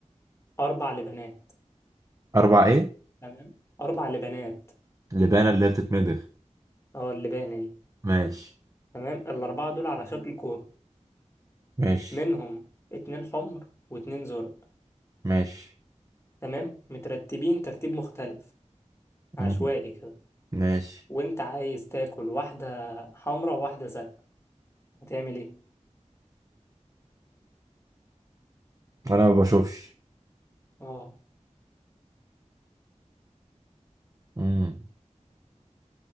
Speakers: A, on the left; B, on the right.
A: أربع لبنات
B: أربع إيه؟
A: تمام أربع لبانات
B: لبانة اللي هي بتتمضغ
A: أه اللبانة دي
B: ماشي
A: تمام الأربعة دول على شكل كورة
B: ماشي
A: منهم اتنين حمر واتنين زرق
B: ماشي
A: تمام مترتبين ترتيب مختلف عشوائي
B: مم.
A: كده
B: ماشي
A: وأنت عايز تاكل واحدة حمرا وواحدة زرق هتعمل إيه؟
B: أنا ما بشوفش
A: أه
B: مم.